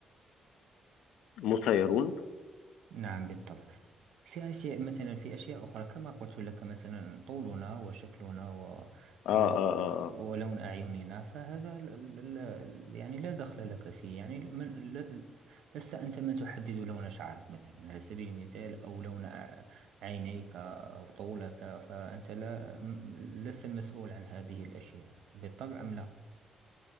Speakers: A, on the left; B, on the right.
A: مسيرون
B: نعم بالطبع في أشياء مثلا في أشياء أخرى كما قلت لك مثلا طولنا وشكلنا و...
A: اه
B: و...
A: اه اه,
B: ولون
A: آه.
B: أعيننا فهذا لا لا يعني لا دخل لك فيه يعني من... لا... لست أنت من تحدد لون شعرك مثلا على سبيل المثال أو لون أع- عينيك أو طولك فأنت لا م- لست المسؤول عن هذه الأشياء بالطبع أم لا